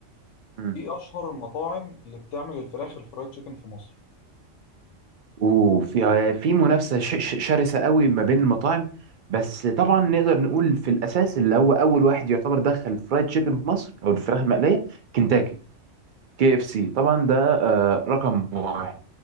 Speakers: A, on the right (about 55°); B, on the left (about 80°).
A: مم.
B: ايه اشهر المطاعم اللي بتعمل الفراخ الفرايد تشيكن في مصر
A: وفي آه، في منافسه ش- ش- شرسه قوي ما بين المطاعم بس طبعا نقدر نقول في الاساس اللي هو اول واحد يعتبر دخل فرايد تشيكن في مصر او الفراخ المقليه كنتاكي
B: امم
A: كي اف سي طبعا ده آه، رقم واحد